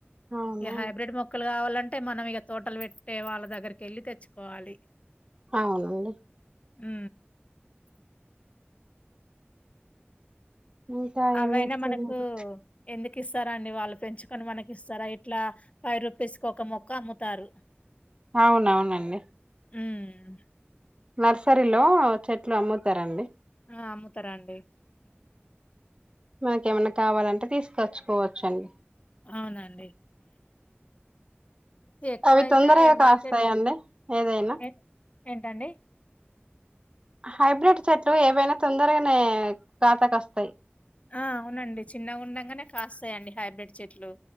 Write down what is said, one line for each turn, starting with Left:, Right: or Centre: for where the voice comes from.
Right: అవునా
Left: ఈ హైబ్రిడ్ మొక్కలు కావాలంటే అంటే మనం ఇక తోటలు పెట్టే వాళ్ళ దగ్గరికి వెళ్ళి తెచ్చుకోవాలి
Right: అాడి
Left: అ
Right: ఇంకా
Left: అవైనా
Right: ఏం చేస్తున్నారు
Left: మనకు ఎందుకు ఇస్తారా అండి వాళ్ళు పెంచుకొని మనకి ఇస్తారా ఇట్లా ఫైవ్ రూపీస్కి ఒక మొక్క అమ్ముతారు
Right: అవునవునండి
Left: హ్మ్.
Right: నర్సరీలో చెట్లు అమ్ముతారండి
Left: ఆ అమ్ముతారా అండి
Right: మనకి ఏమన్నా కావాలంటే తీసుకచ్చుకోవచ్చు అండి
Left: అవునండి ఎక్కువైతే
Right: అవి తొందరగా
Left: మార్కెట్
Right: కాస్తాయండి ఏదైనా
Left: ఏ ఏంటండి?
Right: హైబ్రిడ్ చెట్లు ఏవైనా తొందరగానే తా కస్త
Left: ఆ అవునండి చిన్నగా ఉండగానే కాస్తాయండి హైబ్రిడ్ చెట్లు